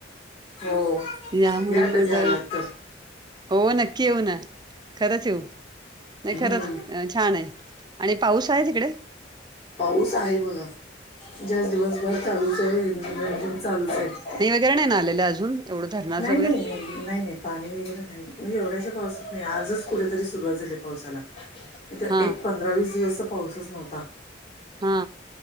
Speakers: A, on the left; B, on the right.
A: हो
B: या म्हणून
A: कधी
B: म्हटलं
A: आलात तर
B: हो नक्की येऊ ना खरंच येऊ. नाही
A: हम्म
B: खरंच अ छान आहे आणि पाऊस आहे तिकडे?
A: पाऊस आहे बघा, ज्यात दिवसभर चालूच आहे, रिमझिम रिमझिम चालूच आहे.
B: <unintelligible> नहींना आले अजून? एवढं धरणाचं
A: नाही नाही.
B: वगैरे
A: नाही नाही पाणी वगैरे नाही म्हणजे एवढ्याशा पावसात नाही आजच कुठेतरी सुरुवात झाली पावसाला. इथ
B: हा
A: एक पंधरा वीस दिवसतर पाऊसच नव्हता.
B: हा.